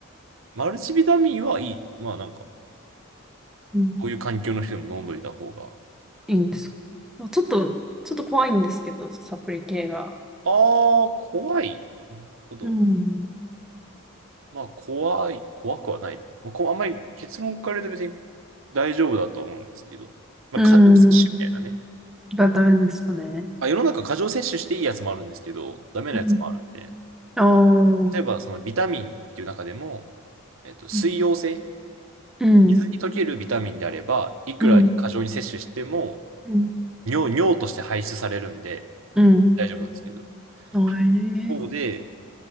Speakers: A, on the right; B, in the centre.
A: マルチビタミンはいい。まあなんか、
B: うん、
A: こういう環境の人でも飲んどいた方が。
B: いいんですか。ちょっと、ちょっと怖いんですけど、サプリ系が。
A: あー、怖い。なるほど。
B: うん。
A: まあ、怖い。怖くはない。まあ、こうあんまり結論から言うと別に大丈夫だと思うんですけど、まあ、
B: うん。
A: 過剰摂取みたいなね。
B: がダメですかね。
A: あ、世の中過剰摂取していいやつもあるんですけど、ダメなやつもあるんで、
B: うん。あ
A: 例えばそのビタミンっていう中でも、
B: あ。
A: えっと、水溶性、
B: うん、うん、
A: 水に溶けるビタミンであれば、いくら過剰に摂取しても、
B: うん、うん。
A: 尿、尿として排出されるんで、
B: うん
A: 大丈夫なんですけど、
B: えー
A: 一方で、